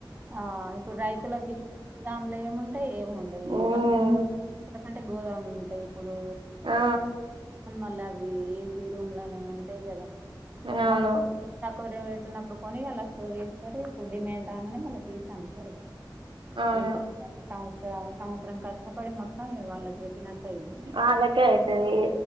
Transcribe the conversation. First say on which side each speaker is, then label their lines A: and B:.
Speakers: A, on the right; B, on the right.
A: ఆ ఇప్పుడు రైతులకి గోదాముల ఏముంటాయి ఏమి ఉండయి
B: ఉమ్
A: వాళ్ల కంటే గోదాములు ఉంటాయి ఇప్పుడు
B: ఆ
A: మల్ల అవి ఏసీ రూమ్ లని ఉంటాయి కదా
B: అవును
A: వాళ్ళు తక్కువ రేట్ ఉన్నప్పుడు కొని అలా స్టోర్ చేస్తారు ఇప్పుడు డిమాండ్ రాంగనే మళ్ళీ తీసి అమ్ముతరు
B: అవును
A: ఇగ సంవత్సర సంవత్సరం కష్టపడి మొత్తం ఇగ వాళ్ళకి పెట్టినట్టు అయిద్ది
B: అల్లకే అయితది